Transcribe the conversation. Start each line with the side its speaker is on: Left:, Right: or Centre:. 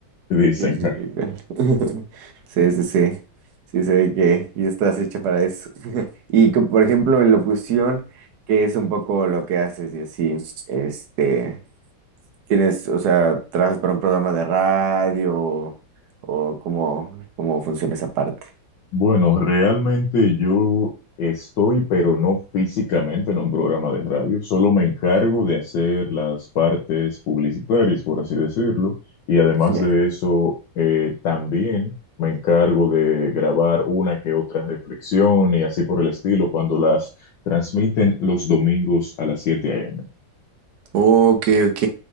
Left: que dicen.
Right: Qué cool. <laughs> Sí, sí, sí. Sí, se ve que ya estás hecha para eso. Y co- por ejemplo, en locución, que es un poco lo que haces y así, este, Tienes, o sea, trabajas para un programa de radio o cómo, cómo funciona esa parte.
Left: Bueno, realmente yo estoy, pero no físicamente en un programa de radio, solo me encargo de hacer las partes publicitarias, por así decirlo, y además
Right: Ya.
Left: de eso, eh, también me encargo de grabar una que otra reflexión y así por el estilo cuando las transmiten los domingos a las 7 a.m.
Right: Ok, ok.